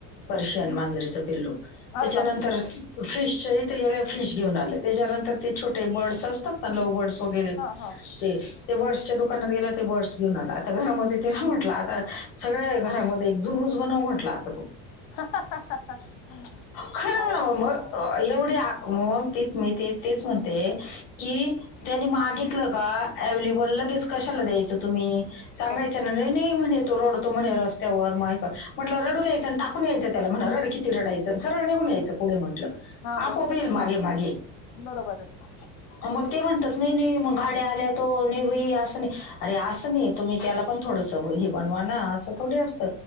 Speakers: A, on the left; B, on the left.
A: पर्शियन मांजरेच पिल्लू त्याच्यानंतर,
B: अरे बापरे!
A: फिशच्या इथ गेल्यावर फिश घेऊन आल. त्याच्यानंतर ते छोटे बर्डस असतात ना लवबर्ड वगैरे
B: हां हां.
A: ते ते बर्ड्सच्या दुकानात गेला ते बर्ड्स घेऊन आला. आता घरामध्ये तिला म्हटलं, आता सगळ आहे घरामध्ये झू च बनव म्हटला आता.
B: <unintelligible>
A: खरं ना मग एवढी आग मग ते मी ते तेच म्हणते की, त्यांनी मागितलं का, अवेलेबल लगेच कशाला द्यायचं तुम्ही सांगायचं
B: बरं.
A: ना. नाही म्हणे तो रडतो म्हणे रस्त्यावर मग म्हटलं रडूून द्यायचं आणि टाकून यायचं त्याला म्हणा रड कि. ते रडायंच सरळ निघून यायचं पुढे मग.
B: हां
A: आपोआप
B: बरोबर.
A: येइल मागे मागे
B: बरोबर आहे.
A: मग ते म्हणतात नाही नाही मग गाड्या आल्या तो नि असं नाही अरे असं नाही तुम्ही त्याला पण थोडस हे बनवा ना. थोडी असत.